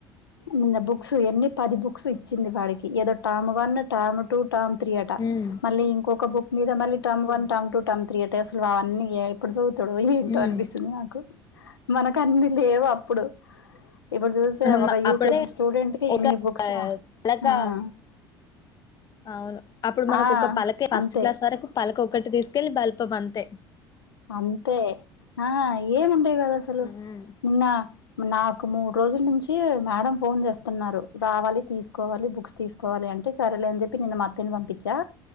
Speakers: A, on the left; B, on the left.
A: నిన్న బుక్స్ ఎన్ని పది బుక్స్ ఇచ్చింది వాడికి ఏదో term one term two term three అట
B: ఉమ్
A: మళ్ళీ ఇంకొక బుక్ మీద మళ్ళీ term one term two term three అంటే అసలు అవన్నీ ఎప్పుడు చదువుతాడు ఏంటో
B: ఉమ్
A: అనిపిస్తుంది నాకు మనక అన్నీ లేవు అప్పుడు ఇప్పుడు చూస్తే
B: అమ్మ
A: ఒక యూకేజీ
B: అప్పుడే
A: స్టూడెంట్ కి
B: ఒక
A: ఇన్ని బుక్సా
B: అలగా
A: ఆ
B: <unintelligible> అవును అప్పుడు మనకు
A: ఆ
B: ఒక పలకే ఫస్ట్
A: అంతే
B: క్లాస్ వరకు పలకొకటి తీసుకెళ్లి బల్పం అంతే
A: అంతే ఆ ఏముండేది కాదు అసలు
B: ఉమ్
A: నిన్న నాకు మూడు రోజుల నుంచీ మ్యాడం ఫోన్ చేస్తున్నారు రావాలి తీసుకోవాలి బుక్స్ తీసుకోవాలి అంటే సరేలే అని చెప్పి నిన్న మా అత్తయని పంపించా